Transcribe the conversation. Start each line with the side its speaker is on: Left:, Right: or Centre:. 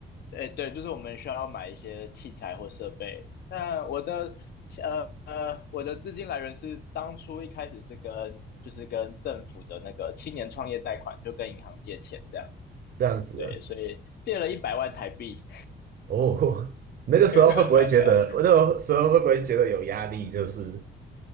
Left: 哎，对，就是我们需要买一些器材或设备。那我的呃呃，我的资金来源是当初一开始是跟就是跟政府的那个青年创业贷款，就跟银行借钱这样。
Right: 这样子的
Left: 对，所以借了一百万台币。
Right: 哦，<laughs> 那个时候会不会觉得，
Left: <laughs>
Right: 我那个时候会不会觉得有压力？就是